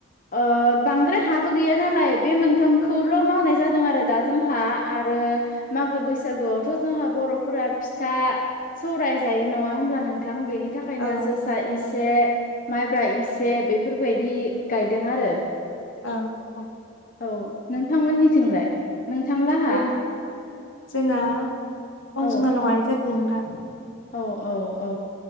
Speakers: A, on the left; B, on the left.
A: ओ बांद्राय हाबो गैया नालाय बे मोनथामखौल' मावनाय जादों आरो दा जोंहा आरो मागो बैसागोआवथ' जोंहा बर'फोरा फिथा सौराय जायो नङा होमब्ला नोंथां बेनि थाखाय ओंखायनो
B: औ
A: जोसा
B: नंगौ
A: इसे माइब्रा इसे बेफोरबायदि गायदों आरो
B: औ
A: औ नोंथांमोननिथिंलाय नोंथांलाहा
B: जों जोंहा अनजनाल
A: औ
B: गायनाय जादों नोंथां
A: औ औ औ